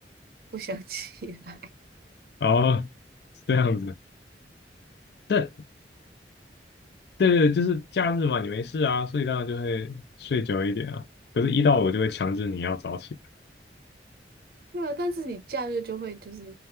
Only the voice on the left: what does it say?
哦，是这样子，但对对，就是假日嘛，你没事啊，所以当然就会睡久一点啊。可是，一到我就会强制你要早起。